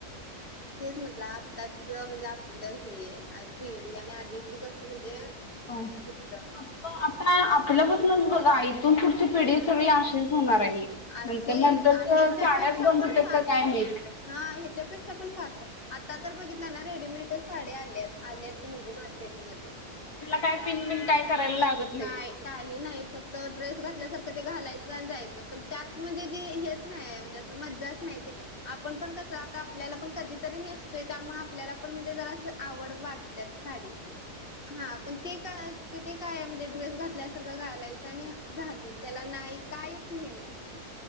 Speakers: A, on the left; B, on the left.
A: तेच म्हटलं, आताच म्हणजे, आपलं हे पिढी आणि आधीची कसं म्हणजे
B: <unintelligible> हो
A: होत
B: आता आपल्यापासूनच बघा. इथून पुढची पिढी सगळी अशीच होणार आहे.
A: अशी
B: नंतर
A: ह्याच्यापेक्षा
B: नंतर त शाळाच बंद
A: पण
B: होतात
A: फास्ट
B: का काय माहीत?
A: हा. ह्याच्यापेक्षा पण फास्ट ए. आत्ता तर बघितलं ना रेडीमेडच साड्या आल्या आहेत. आल्यात म्हणजे मार्केटमध्ये.
B: तुला काय पिन बिन काय? करायला
A: पिन
B: लागत नाही
A: काय? काही नाही. फक्त ड्रेस घातल्यासारखं ते घालायचं आणि जायचं. पण त्यात म्हणजे जे हेच- नाही. म्हणजे अस मज्जाच नाही ते. आपण पण कसं? आता आपल्याला पण कधीतरी नेसतोय. त्यामुळे आपल्याला पण म्हणजे जरा आवड वाटतेच. साडीची. हा. पण ते काय- त ते काय म्हणजे ड्रेस घातल्यासारखं घालायच आणि झाल. त्याला नाही काहीच हे नाही. कायमचेच.